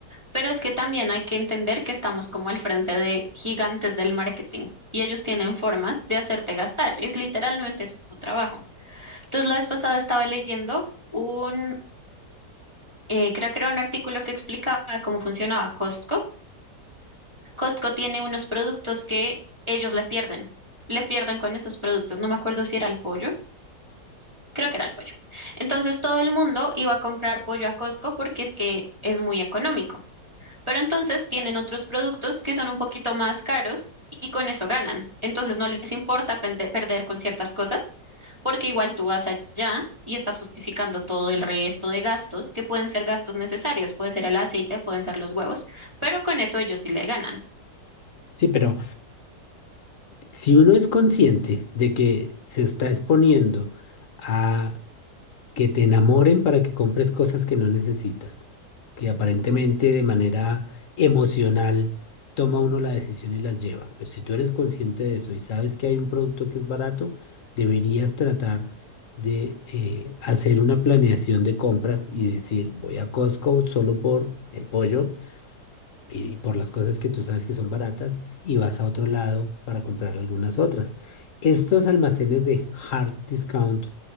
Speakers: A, on the right; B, on the left.
A: pero es que también hay que entender que estamos como al frente de gigantes del marketing y ellos tienen formas de hacerte gastar, es literalmente su, su trabajo. Entonces, la vez pasada estaba leyendo un, eh, creo que era un artículo que explicaba cómo funcionaba Costco. Costco tiene unos productos que ellos le pierden, le pierden con esos productos, no me acuerdo si era el pollo creo que era el pollo. Entonces todo el mundo iba a comprar pollo a Costco porque es que es muy económico. Pero entonces tienen otros productos que son un poquito más caros y con eso ganan. Entonces no les importa pende- perder con ciertas cosas porque igual tú vas allá y estás justificando todo el resto de gastos que pueden ser gastos necesarios. Puede ser el aceite, pueden ser los huevos, pero con eso ellos sí le ganan.
B: Sí, pero si uno es consciente de que se está exponiendo a que te enamoren para que compres cosas que no necesitas, que aparentemente de manera emocional toma uno la decisión y las lleva. Pero si tú eres consciente de eso y sabes que hay un producto que es barato, deberías tratar de eh, hacer una planeación de compras y decir, voy a Costco solo por el pollo y por las cosas que tú sabes que son baratas y vas a otro lado para comprar algunas otras. Estos almacenes de hard discount